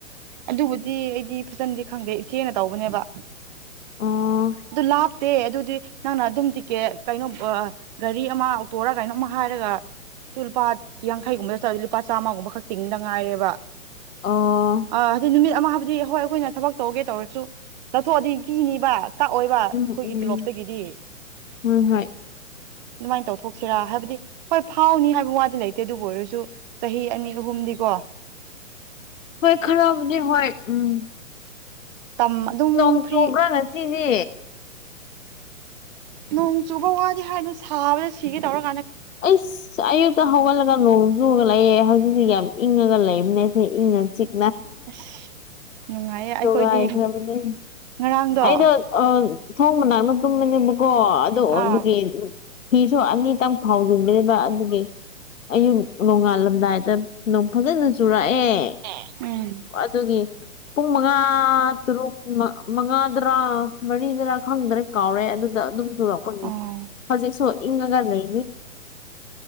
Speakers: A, on the right; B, on the left.
A: ꯑꯗꯨꯕꯨꯗꯤ ꯑꯩꯗꯤ ꯐꯖꯅꯗꯤ ꯈꯪꯗꯦ ꯏꯆꯦꯅ ꯇꯧꯕꯅꯦꯕ
B: ꯑꯣ
A: ꯑꯗꯨ ꯂꯥꯞ ꯦ ꯑꯗꯨꯗꯤ ꯅꯪꯅ ꯑꯗꯨꯝ ꯇꯤꯀꯦꯠ ꯀꯩꯅꯣ ꯒꯥꯔꯤ ꯑꯃ ꯑꯣꯇꯣꯔ ꯀꯩꯅꯣꯝ ꯑꯃ ꯍꯥꯏꯔꯒ ꯂꯨꯄꯥ ꯌꯥꯡꯈꯩꯒꯨꯝꯕ ꯆꯠꯗꯤ ꯂꯨꯄꯥ ꯆꯥꯝꯃꯒꯨꯝꯕ ꯈꯛꯇꯤꯡꯗ ꯉꯥꯏꯔꯦꯕ
B: ꯑ
A: ꯑꯥ ꯑꯗꯨ ꯅꯨꯃꯤꯠ ꯑꯃ ꯍꯥꯏꯕꯗꯤ ꯍꯣꯏ ꯑꯩꯈꯣꯏꯅ ꯊꯕꯛ ꯇꯧꯒꯦ ꯇꯧꯔꯁꯨ ꯇꯥꯊꯣꯛꯑꯗꯤ ꯀꯤꯅꯤꯕ ꯀꯛꯑꯣ
B: ꯎꯝ
A: ꯑꯩꯈꯣꯏꯒꯤ ꯇꯣꯂꯣꯞꯇꯒꯤꯗꯤ
B: ꯎꯝ ꯍꯣꯏ ꯍꯣꯏ
A: ꯑꯗꯨꯃꯥꯏꯅ ꯇꯧꯊꯣꯛꯁꯤꯔꯥ ꯍꯥꯏꯕꯗꯤ ꯍꯣꯏ ꯐꯥꯎꯅꯤ ꯍꯥꯏꯕ ꯋꯥꯗꯤ ꯂꯩꯇꯦ ꯑꯗꯨꯕꯨ ꯑꯣꯏꯔꯁꯨ ꯆꯍꯤ ꯑꯅꯤ ꯑꯍꯨꯝꯗꯤ ꯀꯣ
B: ꯍꯣꯏ ꯈꯔꯕꯅꯦ ꯍꯣꯏ ꯎꯝ
A: ꯇꯝ ꯑꯗꯨꯝ
B: ꯅꯣꯡ
A: ꯐ꯭ꯔꯤ
B: ꯆꯨꯕ꯭ꯔꯥ ꯉꯁꯤꯗꯤ
A: ꯅꯣꯡ ꯆꯨꯕ ꯋꯥꯗꯤ ꯍꯥꯏꯅ ꯁꯥꯕꯗ ꯁꯤꯒꯦ ꯇꯧꯔ
B: ꯑꯩ ꯛꯇ ꯍꯧꯒꯠꯂꯒ ꯅꯣꯡ ꯆꯨꯨꯔꯒ ꯂꯩꯦ ꯍꯧꯖꯤꯛꯇꯤ ꯌꯥꯝ ꯏꯪꯉꯒ ꯂꯩꯕꯅꯦꯁꯦ ꯏꯪꯉ ꯆꯤꯛ
A: ꯑꯁ ꯅꯨꯡꯉꯥꯏꯌꯦ
B: ꯇꯣꯒ
A: ꯑꯩꯈꯣꯏꯗꯤ
B: ꯍꯥꯏꯅꯃꯤꯅꯦ
A: ꯉꯔꯥꯡꯗꯣ
B: ꯑꯩꯗꯣ ꯊꯣꯡ ꯃꯅꯥꯛꯅ ꯇꯨꯝꯕꯅꯦꯕꯀꯣ ꯑꯗꯨ ꯑꯣꯏꯕꯒꯤ
A: ꯑꯥ
B: ꯐꯤꯁꯨ ꯑꯅꯤꯇꯪ ꯐꯥꯎꯖꯤꯟꯕꯅꯤꯅ ꯑꯗꯨꯒꯤ ꯑꯌꯨꯛ ꯅꯣꯡꯉꯥꯜꯂꯝꯗꯥꯏꯗ ꯅ ꯐꯖꯅ ꯆꯨꯔꯛꯑꯦ ꯑꯦ
A: ꯎꯝ
B: ꯑꯗꯨꯒꯤ ꯄꯨꯡ ꯃꯉꯥ ꯇꯔꯨꯛ ꯃꯉꯥꯗꯔꯥ ꯃꯔꯤꯗꯔꯥ ꯈꯪꯗꯅ ꯀꯥꯎꯔꯦ ꯑꯗꯨꯗ ꯑꯗꯨꯝ ꯆꯨꯔꯛꯄꯅꯤ
A: ꯑꯣ
B: ꯍꯧꯖꯤꯛꯁꯨ ꯏꯪꯉꯒ ꯂꯩꯅꯤ